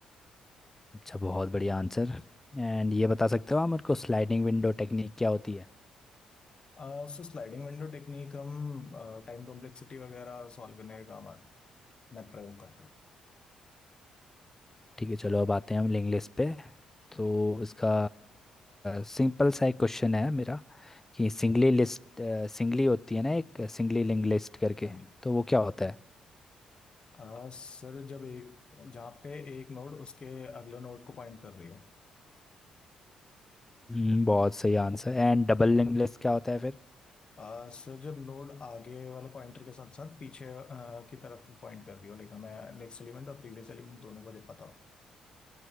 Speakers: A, on the left; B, on the left.
A: अच्छा बहुत बढ़िया आंसर एंड ये बता सकते हो आप मेरे को स्लाइडिंग विंडो टेक्निक क्या होती है
B: अह, सो स्लाइडिंग विंडो टेक्निक हम टाइम कॉम्प्लेक्सिटी वगैरह सॉल्व करने का काम आता में प्रयोग करता है
A: ठीक है चलो अब आते हैं हम लिंक लिस्ट पे तो
B: जी
A: इसका सिंपल सा एक क्वेश्चन है मेरा कि सिंगली लिस्ट सिंगली होती है ना एक सिंगली लिंक लिस्ट करके
B: हाँ जी
A: तो वो क्या होता है
B: अह, सर जब एक जहाँ पे एक नोड उसके अगले नोड को पॉइंट कर रही हो
A: हम्म, बहुत सही answer And double link list क्या होता है फिर
B: आ, सर जब नोड आगे वाले पॉइंटर के साथ साथ पीछे आ, की तरफ पॉइंट कर रही हो लाइक हमें नेक्स्ट एलिमेंट और प्रीवियस एलिमेंट दोनों को जब पता हो